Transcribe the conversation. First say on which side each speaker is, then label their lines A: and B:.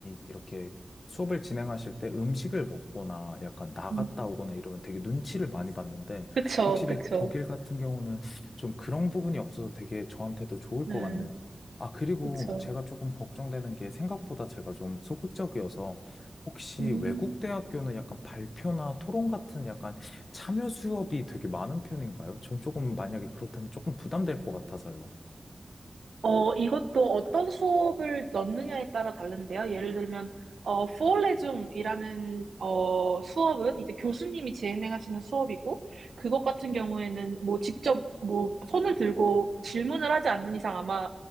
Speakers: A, on the left; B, on the right.
A: 이렇게 수업을 진행하실 때 음식을 먹거나 약간 나갔다
B: 음.
A: 오거나 이러면 되게 눈치를 많이 봤는데
B: 그쵸,
A: 확실히
B: 그쵸.
A: 독일 같은 경우는 좀 그런 부분이 없어서 되게 저한테도 좋을
B: 네,
A: 것 같네요. 아, 그리고
B: 그쵸.
A: 제가 조금 걱정되는 게 생각보다 제가 좀 소극적이어서 혹시
B: 음.
A: 외국 대학교는 약간 발표나 토론 같은 약간 참여 수업이 되게 많은 편인가요? 전 조금 만약에 그렇다면 조금 부담될 것 같아서요.
B: 어, 이것도 어떤 수업을 넣느냐에 따라 다른데요. 예를 들면, 어, 포레중이라는, 어, 수업은 이제 교수님이 진행하시는 수업이고, 그것 같은 경우에는 뭐 직접 뭐 손을 들고 질문을 하지 않는 이상 아마,